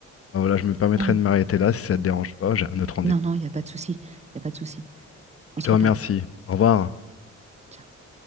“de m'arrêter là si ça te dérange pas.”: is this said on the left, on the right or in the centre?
Left